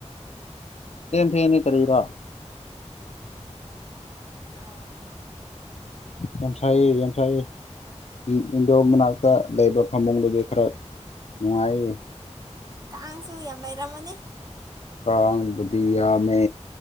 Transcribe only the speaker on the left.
ꯐꯦꯟ ꯐꯦꯟ ꯗꯤ ꯀꯔꯤꯔꯥ
ꯌꯥꯝ ꯁꯥꯢꯑꯦ ꯌꯥꯝ ꯁꯥꯏꯑꯦ ꯢꯟ ꯏꯟꯗꯣ ꯃꯅꯥꯛꯇ ꯂꯩꯕ ꯐꯃꯨꯡꯗꯨꯗꯤ ꯈꯔ ꯅꯨꯡꯉꯥꯏꯑꯦ
ꯀꯥꯡꯕꯨꯗꯤ ꯌꯥꯝꯃꯦ